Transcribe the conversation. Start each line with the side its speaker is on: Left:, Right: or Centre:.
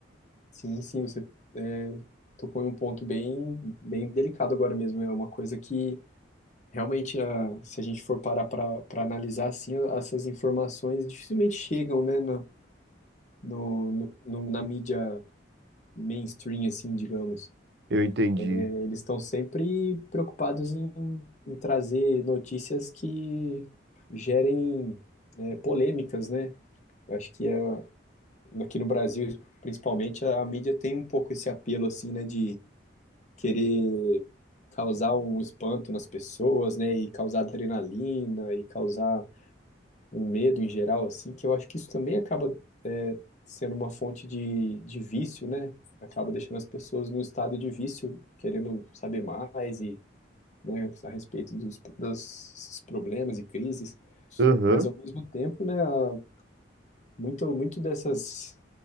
Left: sim, sim, você é, tocou em um ponto bem, bem delicado agora mesmo, é uma coisa que Realmente, a- se a gente for parar para analisar assim, a- essas informações dificilmente chegam, né, no, no, no- no- na mídia mainstream, assim, digamos.
Right: Eu entendi.
Left: Eles estão sempre preocupados em, em trazer notícias que gerem, é, polêmicas, né? Eu acho que a- aqui no Brasil, principalmente, a mídia tem um pouco esse apelo, assim, né, de querer causar um espanto nas pessoas, né, e causar adrenalina, e causar um medo em geral, assim, que eu acho que isso também acaba é, sendo uma fonte de, de vício, né? Acaba deixando as pessoas num estado de vício, querendo saber mais e, né, a respeito dos, dos problemas e crises.
Right: Aham,
Left: Mas ao mesmo tempo, né, a- muito, muito dessas,